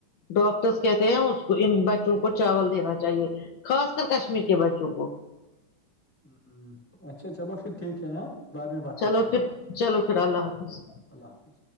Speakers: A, on the left; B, in the centre.
A: ڈاکٹرس کہتے ہیں اس کو ان بچوں کو چاول دینا چاہیے خاص کر کشمیر کے بچوں کو
B: ہ اچھا چلو پھر ٹھیک ہے ہاں بعد میں بات
A: چلو
B: کرتے
A: پھر
B: ہیں
A: چلو پھر اللہ حافظ
B: اللہ حافظ